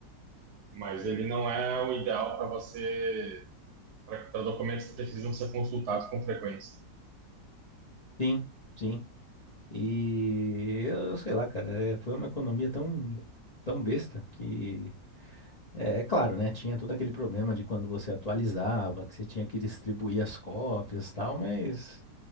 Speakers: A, on the right; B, on the left.
A: Mas ele não é o ideal para você, para documentos que precisam ser consultados com frequência.
B: Sim, sim. E eu, eu sei lá, cara, é, foi uma economia tão, tão besta que. É, é claro, né? Tinha todo aquele problema de quando você atualizava, que você tinha que distribuir as cópias e tal, mas.